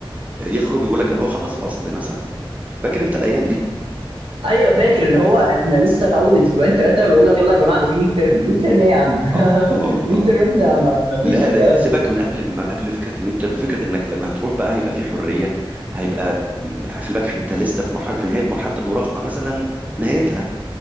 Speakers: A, on the right; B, on the right.
A: يخرج يقول لك ده هو خلص فصل مثلا فاكر انت الايام دي
B: ايوه فاكر اللي هو احنا لسه في اول اسبوعين ثلاثه بيقول لك يلا يا جماعه ده في 100 ترم 100 ترم ايه يا عم
A: اه
B: <laughs>
A: اه
B: 100
A: اه
B: ترم احنا ما, ما فيش
A: لا
B: الكلام
A: لا سيبك
B: ده
A: من قبل ما قبل فكره الميد ترم فكره انك لما هتروح بقى هيبقى في حريه هيبقى خلي بالك انت لسه في مرحله في نهايه مرحله المراهقه مثلا في نهايتها